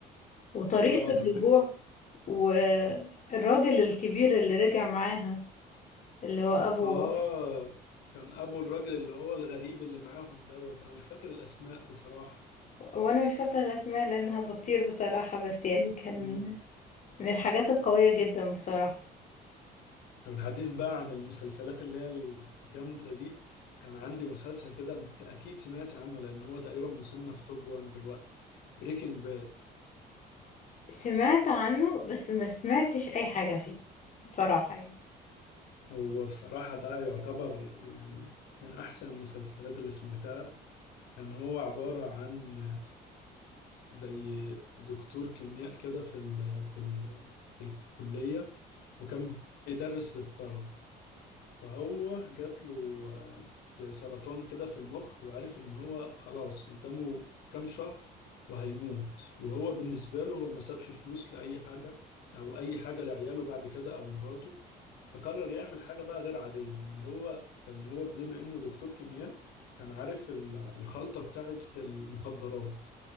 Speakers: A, on the left; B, on the left.
A: وطريقة
B: اه طب
A: الرجوع والراجل الكبير اللي رجع معاها اللي هو أبو
B: اه كان ابو الراجل اللي هو الغريب اللي معاهم دوت انا مش فاكر الاسماء بصراحة
A: وأنا مش فاكرة الأسماء لأنها بطير بصراحة بس يعني كان
B: امم
A: من الحاجات القوية جدا بصراحة
B: طب الحديث بقى عن المسلسلات اللي هي الجامدة دي كان عندي مسلسل كده انت اكيد سمعت عنه لان هو تقريبا مصنف توب 1 دلوقتي بريكنج باد
A: سمعت عنه بس ما سمعتش أي حاجة فيه بصراحة يعني
B: هو بصراحة ده يعتبر يعني من احسن المسلسلات اللي سمعتها كان هو عبارة عن زي دكتور كيمياء كده في ال في ال في الكلية وكان بيدرس للطلب فهو جات له آه، زي سرطان كده في المخ وعرف ان هو خلاص قدامه كام شهر وهيموت وهو بالنسبة له هو ما سابش فلوس لأي حاجة أو أي حاجة لعياله بعد كده أو مراته فقرر يعمل حاجة بقى غير عادية إن هو كان هو بما إنه دكتور كيمياء كان عارف ال- الخلطة بتاعت المخدرات